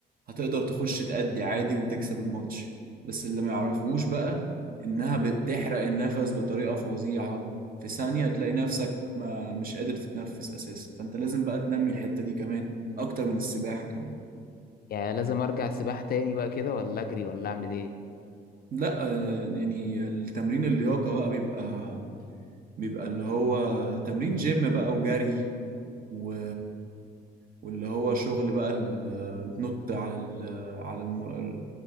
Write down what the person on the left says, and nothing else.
يعني لازم ارجع سباحة تاني بقى كده ولا اجري ولا اعمل ايه